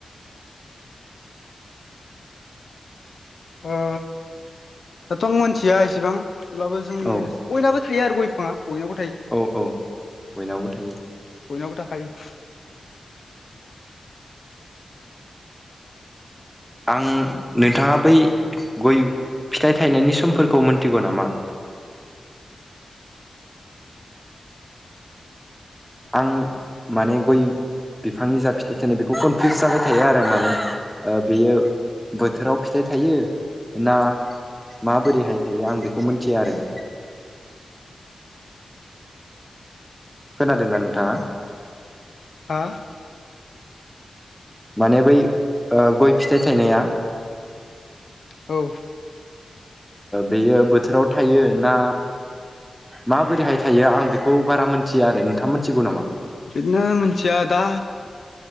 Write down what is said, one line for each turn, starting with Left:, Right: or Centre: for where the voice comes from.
Left: ओ दाथ' आं मिथिया इसिबां थेवब्लाबो जोंनि
Centre: औ
Left: बयनावबो थायो आरो गय बिफाङा बयनावबो थायो।
Centre: औ औ बयनावबो थायो।
Left: बयनावबो थाखायो।
Centre: आं नोंथाङा बै गय फिथाइ थायनायनि समफोरखौ मोनथिगौ नामा? आं माने गय बिफांनि जा फिथाइ थाइनाय बेखौ कनफिउस जाबाय थायो आरोना बेयो बोथोराव फिथाइ थायो ना माबोरैहाय थायो आं बेखौ मिथिया आरो। खोनादोंना नोंथाङा?
Left: हा
Centre: माने बै ओ गय फिथाइ थायनाया
Left: औ
Centre: बेयो बोथोराव थायो ना माबोरैहाय थायो आं बेखौ बारा मोनथिया आरो। नोंथाङा मोनथिगौ नामा?
Left: बिदिनो मिथिया दा